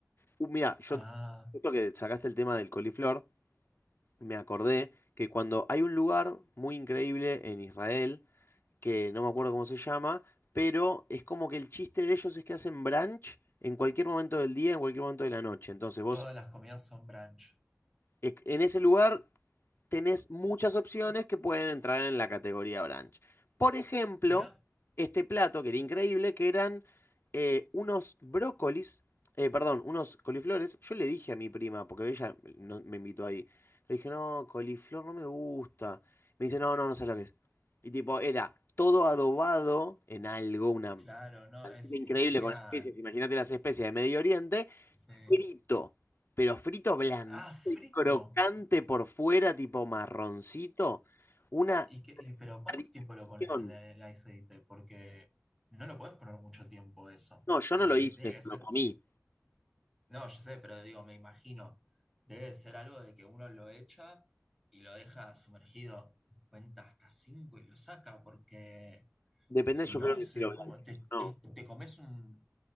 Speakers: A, on the left (about 45°); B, in the centre.
A: Uh, mira, yo,
B: Ah,
A: justo que sacaste el tema del coliflor, me acordé que cuando hay un lugar muy increíble en Israel, que no me acuerdo cómo se llama, pero es como que el chiste de ellos es que hacen brunch en cualquier momento del día, en cualquier momento de la noche. Entonces vos,
B: todas las comidas son brunch.
A: ex- en ese lugar tenés muchas opciones que pueden entrar en la categoría brunch. Por ejemplo,
B: Mirá,
A: este plato que era increíble, que eran eh, unos brócolis, eh, perdón, unos coliflores. Yo le dije a mi prima, porque ella no- me invitó ahí, le dije, no, coliflor no me gusta. Me dice, no, no, no sé lo que es. Y tipo, era todo adobado en algo, una...
B: claro, no, es,
A: Increíble
B: es que queda.
A: con especies, imagínate las especies de Medio Oriente
B: se-
A: frito, pero frito blandito
B: Ah, frito.
A: y crocante por fuera, tipo marroncito. Una
B: ¿Y qué- y- pero cuánto
A: adicción.
B: tiempo lo pones en el aceite? Porque no lo puedes poner mucho tiempo eso.
A: No, yo
B: Como
A: no lo
B: que
A: hice,
B: tiene que
A: lo
B: ser.
A: comí.
B: No, yo sé, pero digo, me imagino. Debe de ser algo de que uno lo echa y lo deja sumergido. Cuenta hasta cinco y lo saca, porque.
A: Depende,
B: Si
A: yo
B: no,
A: creo que
B: se,
A: si lo blanco.
B: como, te,
A: No,
B: es- te comes un,